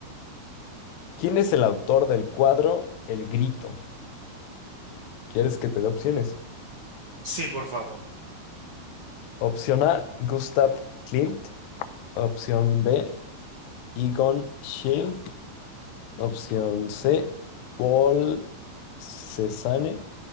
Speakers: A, on the left; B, on the right.
A: ¿Quién es el autor del cuadro El Grito? ¿Quieres que te dé opciones?
B: Sí, por favor.
A: Opción A, Gustav Klimt. Opción B, Egon Schiele. Opción C, Paul Cézanne.